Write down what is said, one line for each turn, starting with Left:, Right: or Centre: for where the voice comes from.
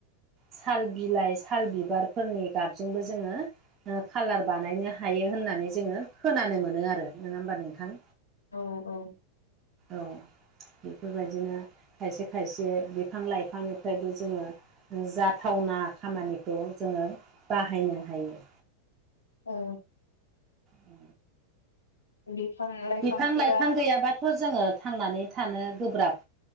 Right: साल बिलाइ साल बिबारफोरनि गाबजोंबो जोङो खाालार बानायनो ह हायो। होननानै जोङो खोनानो मोनो आरो नङा होमबा नोंथां।
Left: औ औ।
Right: औ बेफोरबायदिनो खायसे खायसे बिफां लाइफांनिफ्रायबो जोङो जाथावना खामानिखौ जोङो बाहायनो हायो।
Left: औ।
Right: उ
Left: बिफां लाइफांफोरा
Right: बिफां लाइफां गैयाबा थ' जोङो थांनानै थानो गोब्राब